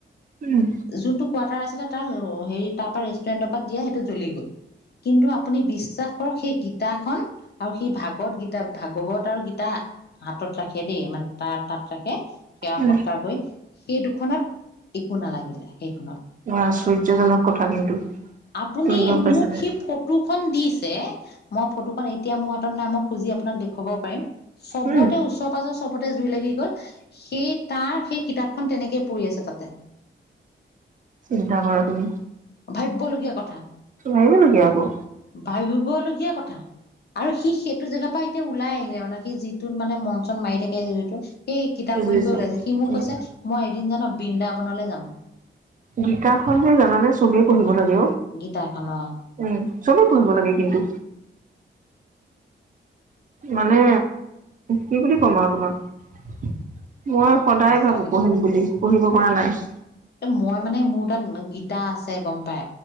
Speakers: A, on the right; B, on the left.
A: উম
B: যোনটো কোৱাৰ্টাৰ আছিলে তাৰ হেৰি তাৰ পৰা ৰেষ্টুৰেণ্টৰ পৰা দিয়া সেইটো জ্বলি গ'ল কিন্তু আপুনি বিশ্বাস কৰক সেই গীতাখনন আৰু সেই ভাগৱত গীতা ভাগৱত আৰু গীতা হাতত ৰাখে দেই মানে তাত তাত ৰাখে সেৱা
A: উম,
B: সৎকাৰ কৰি সেই দুখনত একো নালাগিলে সেইখনত
A: আশ্চৰ্যজনক কথা কিন্তু
B: আপুনি
A: তুমি গম পাইছা
B: মোক
A: নে
B: সি ফটোখনন দিছে মই ফটো এতিয়া মোৰ হাতত ন মই খুজ আপোনাক দেখাব পাৰিম চবতেওচৰ
A: উম,
B: চবতে জুই লাগি গ'ল সেই তাৰ সেই কিতাপখন তেনেকে পৰিঢ আছে তাতে <inaudible>
A: চিন্তা কৰা তুমি
B: ভাবিবলগীয়া কথা
A: ভাবিবলগীয়া আকৌ
B: ভাবিবলগীয়া কথা আৰু সি সেইটো জেগাৰ পৰা এতিয়া ওলাই আহিলে মানে সি যিটোত মানে মন চ মি থাকে যিহেতটো সেই কিতাপ
A: বুজিছো
B: পঢ়ি পঢ়ি ওলাইছে সি মোক
A: উম।
B: কৈছে মই এদিন জান বৃন্দাবনলৈ যাম
A: গীতা খন যে জানানে চবে পঢ়িব লাগে
B: গীতাখনৰ
A: উম চবেই পঢ়ব লাগে কিন্তু মানে কি বুলি কম আৰু তোমাক মই সদায়
B: সঁচাকে
A: ভাবো পঢ়িম
B: দেই
A: বুলি পঢ়িব পৰা নাই
B: এ মই মানে মোৰ তাত গীতা আছে গম পাই